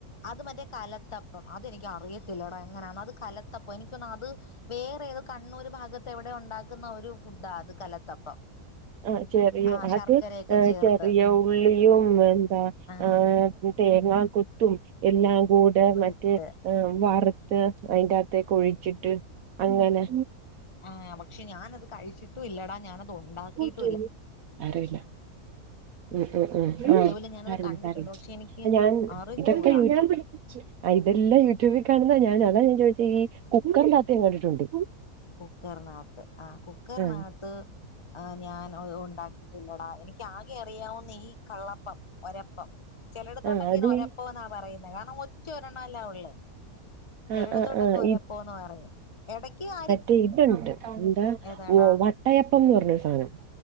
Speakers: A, on the left; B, on the right.
A: അത് മറ്റേ കലത്തം അതെനിക്ക് അറിയത്തില്ലടാ എങ്ങനെയാണ് അത് കലത്തപ്പം എനിക്ക് തോന്നണ് അത് വേറേത് കണ്ണൂർ ഭാഗത്ത് എവിടെ ഉണ്ടാക്കുന്ന ഒരു ഫുഡാണ് അത് കലത്തപ്പം
B: ആ ചെറിയ
A: ആഹ് ശർക്കരയൊക്കെ
B: അത്
A: ചേർത്ത്
B: ചെറിയ
A: ഉം
B: ഉള്ളിയും എന്താ
A: ആഹ്
B: ആ തേങ്ങ കൊത്തും എല്ലാം കൂട്
A: കൂടിട്ട്
B: മറ്റ് വറുത്ത് അയിന്റെ ത്തെക്ക് ഒഴിച്ചിട്ട് അങ്ങനെ
A: ആ പക്ഷെ ഞാനത് കഴിച്ചിട്ടും ഇല്ലടാ ഞാനത് ഒണ്ടാക്കീട്ട്
B: ഉം സാരമില്ല ഉം ഉം
A: യൂട്യൂബില്
B: ഉംആ
A: ഞാനത്
B: സാരമില്ല
A: കണ്ടിട്ടുണ്ട്
B: സാരമില്ല
A: പക്ഷെ എനിക്ക്
B: ഞാൻ
A: അറിഞ്ഞൂടാ
B: ഇതൊക്കെ യൂട്യൂ ഇതെല്ലാം യൂട്യൂബിൽ കെടന്ന ഞാൻ അതാ ഞാൻ ചേച്ചി കുക്കറിനകത്ത് ഞാൻ കണ്ടിട്ടുണ്ട്
A: കുക്കർനാത്ത് ആ കുക്കറിനകത്ത്
B: ആ
A: അ ഞാൻ ട ഇത് ഉണ്ടാക്കിട്ടില്ലടാ എനിക്ക് ആകെ അറിയാവുന്ന ഈ കള്ളപ്പം ഒരപ്പം ചെലയിടത്തോട്ടൊക്കെ
B: ആ അത്
A: ഒരപ്പ
B: ഈ
A: എന്നാ പറയുന്നത് കാരണം ഒറ്റ ഒരെണ്ണല്ല ഒള്ള് ചെലടത്തോട്ടൊക്കെ
B: ആഹ് ആഹ് ആഹ്
A: ഒരപ്പന്ന് പറയും ഇടക്ക് ആരി
B: തെ ഇത്ണ്ട് എന്താ
A: ഏതാടാ
B: വട്ടയ ടന്ന് പറഞ്ഞൊരു സാനം